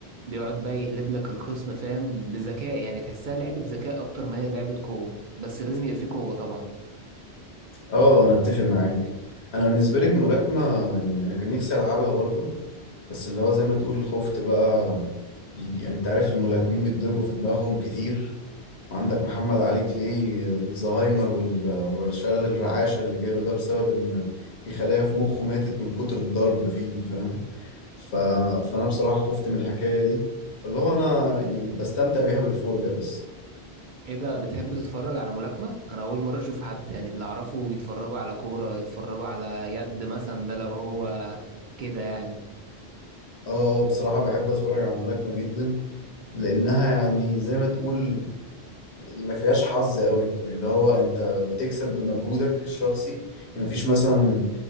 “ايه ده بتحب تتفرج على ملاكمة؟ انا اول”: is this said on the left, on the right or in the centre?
Right